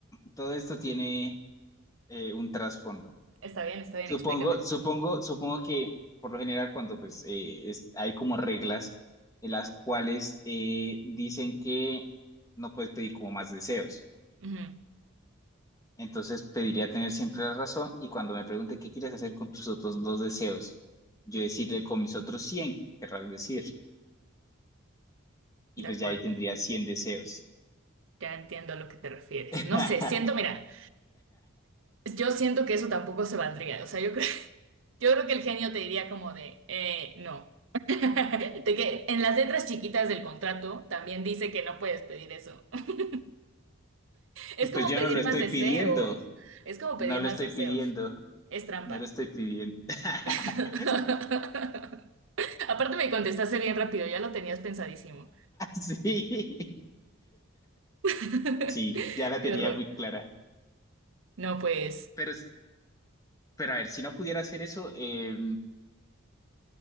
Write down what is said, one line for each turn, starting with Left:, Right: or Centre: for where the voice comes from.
Left: todo esto tiene eh, un trasfondo.
Right: Está bien, está bien,
Left: Supongo,
Right: explícame.
Left: supongo, supongo que por lo general cuando pues eh, es- hay como reglas en las cuales eh, dicen que no puedes pedir como más deseos.
Right: Ujú.
Left: Entonces pediría tener siempre la razón y cuando me pregunte qué quieres hacer con tus otros dos deseos, yo decirle con mis otros 100 querrás decir, y
Right: De
Left: pues
Right: acuerdo,
Left: ya ahí tendría 100 deseos.
Right: ya entiendo a lo que te refieres.
Left: <laughs>
Right: No sé, siento, mira, yo siento que eso tampoco se valdría. O sea, yo creo, <laughs> yo creo que el genio te diría como de, eh, no. <laughs> De que en las letras chiquitas del contrato también dice que no puedes pedir eso. <laughs> Es como
Left: Pues yo
Right: pedir
Left: no lo estoy
Right: más deseos.
Left: pidiendo,
Right: Es como pedir
Left: no lo
Right: más
Left: estoy
Right: deseos.
Left: pidiendo.
Right: Es trampa.
Left: No lo estoy pidiendo. <laughs>
Right: <laughs> Aparte me contestaste bien rápido, ya lo tenías pensadísimo.
Left: Sí.
Right: <laughs>
Left: Sí, ya la
Right: Qué
Left: tenía
Right: horror.
Left: muy clara.
Right: No, pues.
Left: Pero, es- pero a ver, si no pudiera hacer eso, eh,